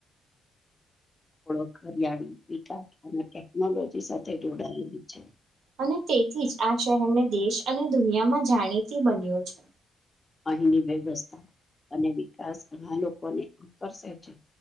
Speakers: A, on the left (about 20°); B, on the right (about 70°).
A: થોડોક હરિયાળી વિકાસ અને ટેકનોલોજી સાથે જોડાયેલી છે.
B: અને તેથી જ આ શહેરને દેશ અને દુનિયામાં જાણીતી બન્યું છે.
A: અહીંની વ્યવસ્થા અને વિકાસ ઘણા લોકોને આકર્ષે છે.